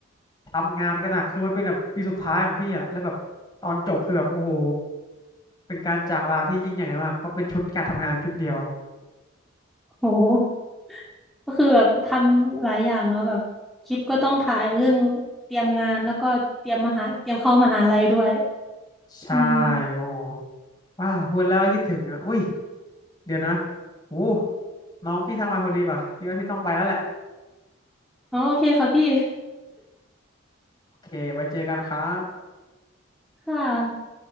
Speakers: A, on the left; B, in the centre.
A: ทำงานกันหนักคือมันเป็นแบบปีสุดท้ายของพี่อะแล้วแบบตอนจบคือแบบโอ้โหเป็นการจากลาที่ยิ่งใหญ่มากเพราะเป็นชุดการทำงานชุดเดียว
B: โหก็คือแบบทำหลายอย่างเนาะแบบคลิปก็ต้องถ่ายเรื่องเตรียมงานแล้วก็เตรียมมหาเตรียมเข้ามหาลัยด้วย
A: ใช่
B: อืม
A: โอ้โหว้าพูดแล้วก็คิดถึงอ่ะอุ้ยเดี๋ยวนะโอ้น้องพี่ทักมาพอดีป่ะพี่ว่าพี่ต้องไปแล้วแหละ
B: อ๋อโอเคค่ะพี่
A: โอเคไว้เจอกันครับ
B: ค่ะ